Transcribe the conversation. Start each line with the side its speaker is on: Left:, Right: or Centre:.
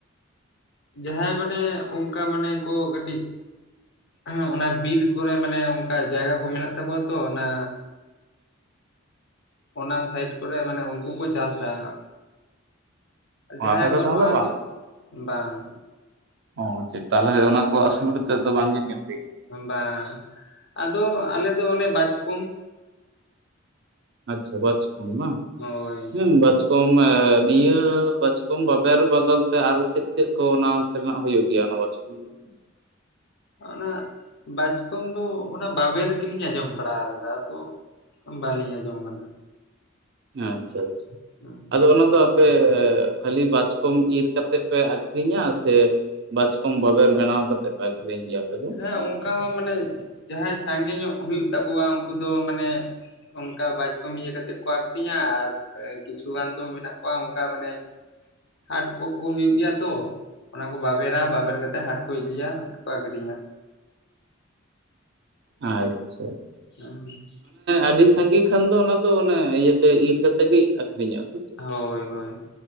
Left: ᱡᱟᱦᱟᱸᱭ ᱢᱟᱱᱮ ᱚᱱᱠᱟ ᱢᱟᱱᱮ ᱠᱚ ᱠᱟᱹᱴᱤᱡ ᱦᱮᱸ ᱚᱱᱟ ᱵᱤᱨ ᱠᱚᱨᱮ ᱢᱟᱱᱮ ᱚᱱᱠᱟ ᱡᱟᱭᱜᱟ ᱠᱚ ᱢᱮᱱᱟᱜ ᱛᱟᱠᱚᱣᱟ ᱛᱚ ᱚᱱᱟ᱾ ᱚᱱᱟ ᱥᱟᱭᱤᱴ ᱠᱚᱨᱮ ᱢᱟᱱᱮ ᱩᱱᱠᱩ ᱠᱚ ᱪᱟᱥ-ᱟ᱾
Right: ᱚ
Left: ᱡᱟᱦᱟᱸᱭᱟᱜ
Right: ᱟᱯᱮ ᱫᱚ
Left: ᱵᱟᱹᱱᱩᱜᱼᱟ
Right: ᱛᱟᱦᱚᱞᱮ
Left: ᱟᱫᱚ
Right: ᱵᱟᱝ
Left: ᱵᱟᱝ
Right: ᱚ ᱪᱮᱫ ᱛᱟᱦᱚᱞᱮ ᱚᱱᱟ ᱠᱚ ᱟᱹᱥᱩᱞ ᱠᱟᱛᱮᱫ ᱫᱚ ᱵᱟᱝ ᱧᱮ-ᱧᱮᱞ
Left: ᱵᱟᱝ ᱟᱫᱚ ᱟᱞᱮ ᱫᱚ ᱚᱱᱮ ᱵᱟᱪᱠᱚᱢᱼᱼ
Right: ᱟᱪᱪᱷᱟ ᱵᱟᱪᱠᱚᱢ ᱵᱟᱝ
Left: ᱦᱳᱭ
Right: ᱦᱮᱸ ᱵᱟᱪᱠᱚᱢ ᱠᱚᱢ ᱱᱤᱭᱟᱹ ᱵᱟᱪᱠᱚᱢ ᱵᱟᱵᱮᱨ ᱵᱚᱫᱚᱞ ᱛᱮ ᱟᱨᱚ ᱪᱮᱫ ᱪᱮᱫ ᱠᱚ ᱚᱱᱟ ᱛᱮᱱᱟᱜ ᱦᱩᱭᱩᱜ ᱜᱮᱭᱟ ᱚᱱᱟ ᱵᱟᱪᱠᱚᱢ ᱠᱚᱼᱼ ᱦᱩᱸ
Left: ᱚᱱᱟ ᱵᱟᱪᱠᱚᱢ ᱫᱚ ᱚᱱᱟ ᱵᱟᱵᱮᱨ ᱜᱮᱞᱤᱧ ᱟᱸᱡᱚᱢ ᱵᱟᱲᱟ ᱠᱟᱫᱟ ᱟᱫᱚ ᱵᱟᱟᱹᱞᱤᱧ ᱟᱸᱡᱚᱢ ᱟᱠᱟᱫᱟ᱾
Right: ᱟᱪᱪᱷᱟ ᱟᱪᱪᱷᱟ
Left: ᱦᱩᱸ
Right: ᱟᱫᱚ ᱚᱱᱟ ᱫᱚ ᱟᱯᱮ ᱠᱷᱟᱹᱞᱤ ᱵᱟᱪᱠᱚᱢ ᱤᱨ ᱠᱟᱛᱮ ᱯᱮ ᱟᱹᱠᱷᱨᱤᱧᱟ ᱥᱮ ᱵᱟᱪᱠᱚᱢ ᱵᱟᱵᱮᱨ ᱵᱮᱱᱟᱣ ᱠᱟᱛᱮᱫ ᱯᱮ ᱟᱹᱠᱷᱨᱤᱧ ᱜᱮᱭᱟ ᱟᱯᱮ ᱫᱚ ᱾
Left: ᱦᱮᱸ ᱚᱱᱠᱟ ᱦᱚᱸ ᱢᱟᱱᱮ ᱡᱟᱦᱟᱸᱭ ᱥᱟᱸᱜᱮ ᱧᱚᱜ ᱦᱩᱭᱩᱜ ᱛᱟᱠᱚᱣᱟ, ᱩᱱᱠᱩ ᱫᱚ ᱢᱟᱱᱮ ᱚᱱᱠᱟ ᱵᱟᱪᱠᱚᱢ ᱤᱭᱟᱹ ᱠᱟᱛᱮᱫ ᱠᱚ ᱟᱹᱠᱷᱨᱤᱧᱟ ᱟᱨ ᱠᱤᱪᱷᱩ ᱜᱟᱱ ᱫᱚ ᱢᱮᱱᱟᱜ ᱠᱚᱣᱟ, ᱚᱱᱠᱟ ᱢᱟᱱᱮ ᱦᱟᱸᱴ ᱠᱚᱠᱚ ᱦᱩᱭᱩᱜ ᱜᱮᱭᱟ ᱛᱚ ᱾ ᱚᱱᱟ ᱠᱚ ᱵᱟᱵᱮᱨᱟ ᱵᱟᱵᱮᱨ ᱠᱟᱛᱮᱫ ᱦᱟᱸᱴ ᱠᱚ ᱤᱫᱤᱭᱟ ᱟᱨ ᱠᱚ ᱟᱹᱠᱷᱨᱤᱧᱟ ᱾
Right: ᱟᱪᱪᱷᱟ ᱾
Left: ᱦᱩᱸ ᱾
Right: ᱟᱹᱰᱤ ᱥᱟᱸᱜᱮ ᱠᱷᱟᱱ ᱫᱚ ᱚᱱᱟ ᱫᱚ ᱚᱱᱮ ᱤᱭᱟᱹ ᱛᱮ ᱤᱨ ᱠᱟᱛᱮ ᱜᱮ ᱟᱹᱠᱷᱨᱤᱧᱚᱼᱟ ᱥᱮ ᱪᱮᱫ?
Left: ᱦᱳᱭ, ᱦᱳᱭ